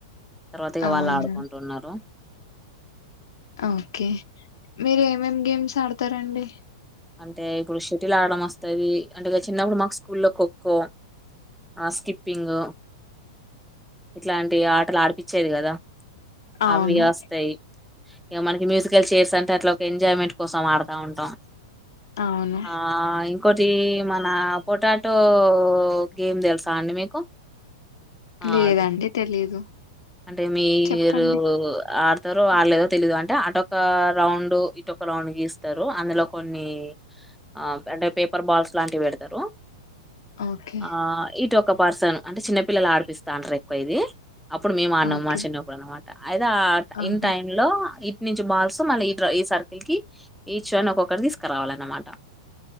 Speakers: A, in the centre; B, on the left.
A: తర్వాత ఇగ
B: అవునా
A: వాల్ ఆడుకుంటున్నరు.
B: ఆ ఓకే మీరేమేమేం గేమ్స్ ఆడ్తారండి.
A: అంటే ఇప్పుడు శెటిల్ ఆడడం ఓస్తది అంటే ఇగ చిన్నపుడు మాక్ స్కూల్లో ఖోఖో ఆ స్కిప్పింగ్ ఇట్లాంటి ఆటలాడిపిచ్చేది గాదా.
B: అవును
A: అవియొస్తాయి. ఇగ మనకి మ్యూసికల్ చైర్స్ అంటే అట్లా ఒక ఎంజాయ్మెంట్ కోసం ఆడుతా ఉంటాం.
B: అవును
A: ఆ ఇవ్ ఇకోటి మన పొటాటో గేమ్ దేలుసా అండి మీకు? ఆ
B: లేదండి
A: అది
B: తెలీదు
A: అంటే మీరు
B: చెప్పండి
A: ఆడ్ తరో ఆల్లేదో తెలీదు అంటే అటోక రౌండు, ఇటోక రౌండ్ గీస్తారు. అందులో కొన్ని ఆ అంటే పేపర్ బాల్స్ లాంటివి వేడతరు.
B: ఓకే
A: ఆ ఇటోక పార్సన్ అంటే చిన్నపిల్లలు ఆడిపిస్తా అంటారు ఎక్కువ ఇది. అప్పుడు మేము అన్నాం
B: ఓకే
A: చిన్నప్పుడు అనమాట అయితే ఆ టై
B: ఆహా
A: ఇన్ టైమ్ లో ఇన్ నీంచి బాల్స్ మళ్ళీ ఈడ ఈ సర్కిల్ కి ఈచ్ ఒన్ ఒక్కొక్కరి తీసుకురావాల అన్నమాట.